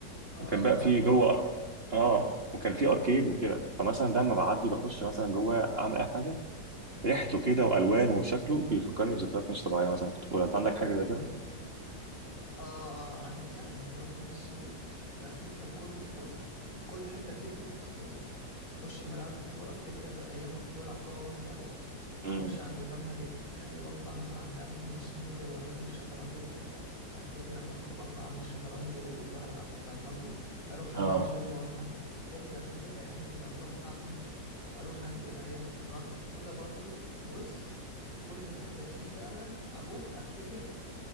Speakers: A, on the left; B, on the right.
A: اه
B: وكان بقى
A: انا
B: فيه
A: عارف
B: جوه
A: انت
B: اه وكان فيه اركيد وكده فمثلا ده لما بعدي بخش مثلا جوه اعمل اي حاجه ريحته كده والوانه وشكله بيفكرني بذكريات مش طبيعيه مثلا في الطفوله انت عندك حاجه زي كده؟
A: آه آه عندي أنا لما بروح نادي الصيد بفتكر كل طفولتي في كل حتة فيها أفتكر طفولتي أخش ملاعب الكورة أفتكر أيام ما كنت بلعب كورة وأنا صغير
B: امم
A: أخش عند المبنى الاجتماعي وأطلع مثلا عند أماكن السنوكر وأماكن الشطرنج وكده أفتكر لما كنت بطلع عند الشطرنج وبلعب فاهم قصدي؟ أروح
B: اه
A: عند الجيم وأروح عند البينج بونج أفتكر أيام ما كنا بنروح نلعب بينج بونج أروح عند الأيام الراكت وكده برضو بص كل حتة فيه فعلا أروح أفتكر